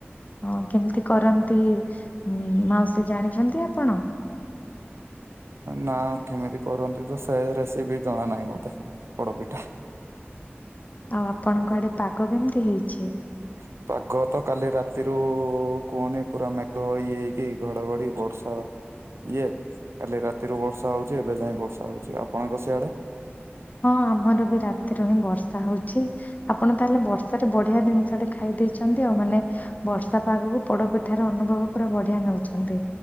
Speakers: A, on the left; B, on the right.
A: ହଁ କେମିତି କରନ୍ତି ମାଉସୀ ଜାଣିଛନ୍ତି ଆପଣ?
B: ନା କେମିତି କରନ୍ତି ତ ସେ ରେସିପି ଜଣା ନାହିଁ ମତେ ପୋଡ ପିଠା।
A: ଆଉ ଆପଣଙ୍କ ଆଡେ ପାଗ କେମିତି ହେଇଛି?
B: <inaudible> ପାଗ ତ କାଲି ରାତିରୁ କୁହନି ପୁରା ମେଘ ଇଏ ହେଇକି ଘଡଘଡି ବର୍ଷା ଇଏ କାଲି ରାତିରୁ ବର୍ଷା ହଉଚି ଏବେ ଯାଇ ବର୍ଷା ହଉଚି ଆପଣଙ୍କ ସିଆଡେ?
A: ହଁ ଆମର ବି ରାତିରେ ହିଁ ବର୍ଷା ହଉଛି ଆପଣ ତାହେଲେ ବର୍ଷାରେ ବଢିଆ ଜିନିଷଟେ ଖାଇ ଦେଇେଇଛନ୍ତି ଆଉ ମାନେ ବର୍ଷା ପାଗକୁ ପୋଡପିଠାର ଅନୁଭବ ପୁରା ବଢିଆ ନେଉଛନ୍ତି।